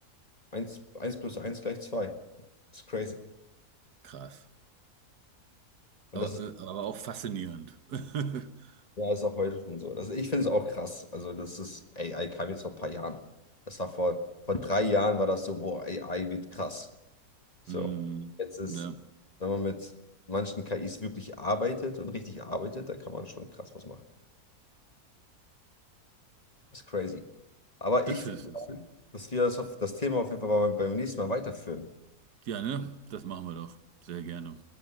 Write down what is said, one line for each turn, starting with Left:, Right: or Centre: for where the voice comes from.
Left: eins eins plus eins gleich zwei Das ist crazy.
Right: krass.
Left: Und
Right: Aber,
Left: das ist
Right: äh, aber auch faszinierend. <laughs>
Left: Ja, ist auch heute schon so. Das, ich finde es auch krass. Also, das ist, AI kam jetzt vor ein paar Jahren. Das war vor, vor drei Jahren war das so, boah, AI wird krass. So.
Right: Mhm.
Left: Jetzt ist,
Right: Ne?
Left: wenn man mit manchen KIs wirklich arbeitet und richtig arbeitet, da kann man schon krass was machen. Ist crazy. Aber
Right: Das
Left: ich würde
Right: ist es.
Left: sagen, dass wir das, auf, das Thema auf jeden Fall mal beim nächsten Mal weiterführen.
Right: Ja, ne? Das machen wir doch. Sehr gerne.